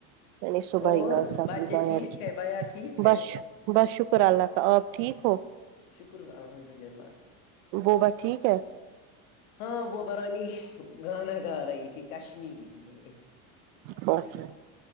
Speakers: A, on the right (about 60°); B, on the left (about 80°).
A: نے صبح
B: اور
A: ہی آج سبزی
B: بچے
A: تیار
B: ٹھیک
A: کی
B: ہے بھیا ٹھیک
A: بش
B: ہے
A: بس شکر ہے اللہ کا آپ ٹھیک ہو
B: شکر ہے الحمد للہ
A: بوبا ٹھیک ہے
B: ہاں بوبا رانی گانا گا رہی تھی کشمیری میں
A: اچھا چھا